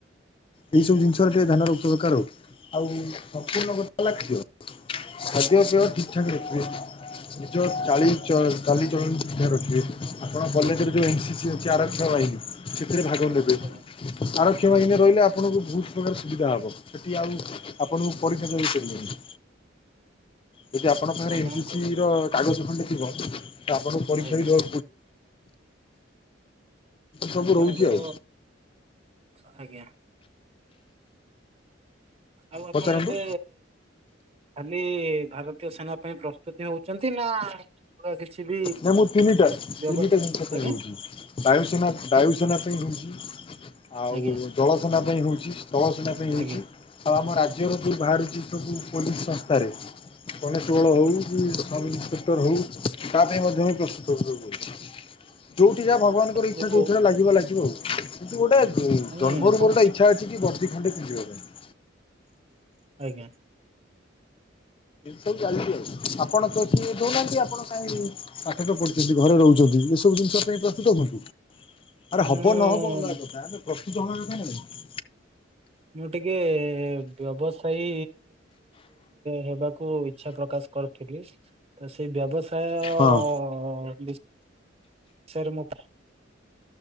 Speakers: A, on the left (about 30°); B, on the right (about 30°).
A: ଏଇ ସବୁ ଜିନିଷରେ ଟିକେ ଧ୍ୟାନ ରଖିବା ଦରକାର <inaudible> ହଉଛି। ଆଉ ସମ୍ପୂର୍ଣ୍ଣ କଥା ଲିଥିବ ଖାଦ୍ୟ ପିଇ ଠିକ ଠାକ ରଖିବେ। ନିଜ ଚାଲିଚଳଣିଧ ରଖିବେ। ଆପଣ କଲେଜରେ ଯ ଏ ଅ ଆରକ୍ଷ ବାହିନୀ ସେଥିରେ ଭାଗ ନେବେ
B: ଆଜ୍ଞା
A: <inaudible> ଆର କଷମାେ
B: ଆଜ୍ଞା
A: ରହିଲେ। ଆପଣଙ୍କୁ ବହୁତ ପ୍ରକାର ସୁବିଧା ହବ। ସେଠି ଆଉ ଆପଣଙ୍କୁ ପରିକ୍ଷ ଦେଇପାରିବେ।
B: <inaudible>
A: ଯଦି ଆପଣ ପାଖରେ
B: ଆପଣଙ୍କୁ
A: ଏନ୍ସି ସି ର କାଗଜ ଖଣ୍ଡେ ଥିବ। ତ ଆପଣଙ୍କୁ ପରୀକ୍ଷା
B: ଆଜ୍ଞା
A: ବି <inaudible> ଏ ସବୁ
B: ଆପଣଙ୍କର
A: ରହୁଛି ଆଉ।
B: <inaudible> ଆଜ୍ଞା। ଆଉ ଆପଣ
A: ପଚାରନ୍ତୁ।
B: ଏବେ। ଖାଲି ଭାରତୀୟ ସେନା ପାଇଁ ପ୍ରସ୍ତୁତି ହଉଛନ୍ତି। ନା ବା କିଛି ବି
A: ନାଇ ମୁଁ ତିନିଟା ତିନିଟା
B: ବ୍ୟବ
A: ଜିନିଷ ପାଇଁ
B: ଆଜ୍ଞା
A: ହଉଛି ବାୟୁସେନା ବାୟୁସେନା ପାଇଁ ହଉଛି ଆଉ
B: ଆଜ୍ଞା
A: ଜଳସେନା ପାଇଁ ହଉଛି ସ୍ଥଳ ସେନା ହେଇଛି
B: ଆଜ୍ଞା
A: ଆଉ ଆମ ରାଜ୍ୟର ଯୋଉ ବାହାରୁଛି ସବୁ ପୋଲିସ ସଂସ୍ଥାରେ କନେଷ୍ଟବଳ ହଉ କି ସବ୍ଇନ୍ସପେକ୍ଟର ହଉ ତା ପାଇଁ ମଧ୍ୟ ବି ପ୍ରସ୍ତୁତକୁଛି ଯଉଠି ଯା ଭଗବାନଙ୍କର
B: ଆଉ
A: ଇଚ୍ଛା ଯଉଥିରେ ଲାଗିବ ଲାଗିବ ଆଉ କିନ୍ତୁ ଗୋଟେ
B: ମାନେ
A: ଜନ୍ମରୁ
B: ଆପଣ
A: ମୋର ଗୋଟେ ଇଚ୍ଛା ଅଛି କି ବର୍ଦ୍ଦିଖଣ୍ଡେ ପିନ୍ଧିବା ପାଇଁ
B: ଆଜ୍ଞା
A: ସବୁ ଚାଲିଛି ଆଉ ଆପଣ କେଉଠି ଦଉନାହାନ୍ତି ଆପଣ କାଇଁ ପାଠତ ପଢୁଚନ୍ତି ଘରେ ରହୁଚନ୍ତି ଏସବୁ ଜିନିଷ ପାଇଁ ପ୍ରସ୍ତୁତ ହୁଅନ୍ତୁ। ଆରେ
B: ମୁଁ
A: ହବ ନହବ ଅଲଗା କଥା ଆଗେ ପ୍ରସ୍ତୁତ ହବା କଥା ନା ନାଇଁ।
B: ମୁଁ ଟିକେ ବ୍ୟବସାୟୀ ହେବାକୁ ଇଛା ପ୍ରକାଶ କରିଥିଲି ତ ସେ ବ୍ୟବସ୍ ଅ-ବିଷୟରେ
A: ହଁ
B: ମୁଁ